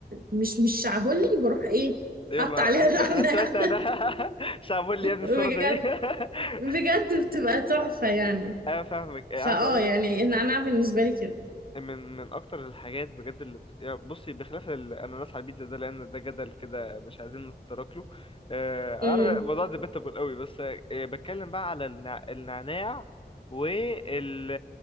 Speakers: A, on the right (about 60°); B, on the left (about 30°).
A: مش مش شعبولي بروح ايه
B: يلا
A: حط عليها
B: هات
A: <laughs> نعناع
B: شو- هات شوية نعناع <laughs> مش عامل لي يا ابني
A: بجد
B: السلطة دي <laughs>
A: بجد بتبقى تحفه يعني
B: أنا فاهمك آه،
A: فاه
B: عايز أقولك
A: يعني النعناع بالنسبه لي كده
B: من من اكتر الحاجات بجد اللي بت... يعني بصي بخلاف الاناناس على البيتزا ده لان ده جدل كده مش عايزين نتطرق له آه،
A: امم
B: عارف الموضوع ديبيتابل قوي بس آه، بتكلم بقى على النع... النعناع وال ال